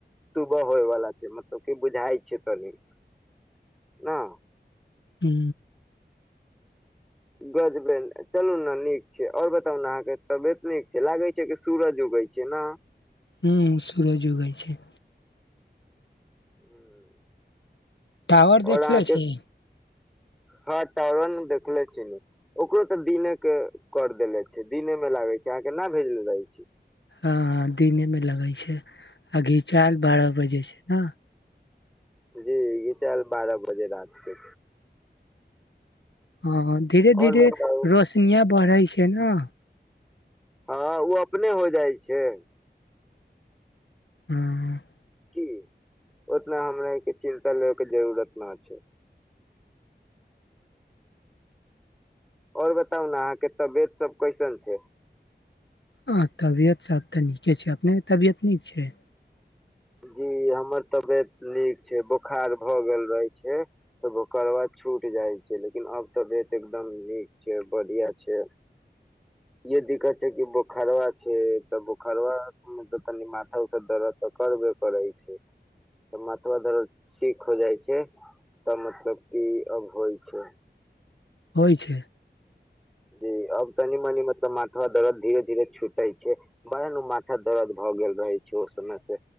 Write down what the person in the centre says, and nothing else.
सुबह होयवला छै, मतलब कि बुझाइ छै तनी न।
गजबै चलू न नीक छै। और बताउ न अहाँके तबियत नीक छै? लागे छै कियेकि सूरज उगैय छै न।
<unintelligible>
और
अहाँके
हँ टावन देखले छी। ओकरो तऽ दिने के कर देेले छै, दिने में लागे छै। अहाँकेना भेजले रहै छी?
जी गीचाल बारह बजे रात के।
आओर
बताउ
हँ, ओ अपने हो जाइ छै।
की? ओतना हमरा के चिन्ता लेब के जरूुरत न छै। और बताउ न अहाँके तबियत सब कैसन छै?
जी हमर तबियत नीक छै। बोखार भ गेल रहे छै। त बोखरबा छूट जाय छै, लेकिन आब तबियत एकदम नीक छै, बढ़िया छै। <inaudible> यदि खचे कि बोखारवा छै, तऽ बोखारवा मे तऽ कनी माथा उथा दरद करबे करै छै। त माथबा दरद ठीक हो जाइ छै। तब मतलब कि अब होइ छै।
जी अब तनी - मनी मतलब माथा दरद धीरे - धीरे छूटे छै। ब <unintelligible> था दर्द भऽ गेल रहे छो। समय से